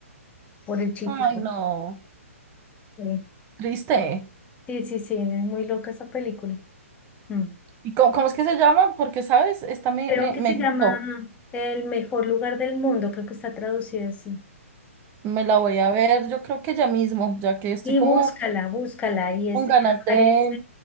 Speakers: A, on the left; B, on the right.
A: por el chico.
B: Ay, no.
A: Sí,
B: Triste.
A: sí, sí, sí, es muy loca esa película. Mm.
B: ¿Y cómo, cómo es que se llama? Porque, ¿sabes? Esta me,
A: Creo
B: me,
A: que
B: me
A: se
B: gustó.
A: llama El mejor lugar del mundo, creo que está traducida así.
B: Me la voy a ver, yo creo que ya mismo, ya que estoy
A: Y
B: como
A: búscala, búscala. Y es,
B: Con ganas
A: aparece,
B: de...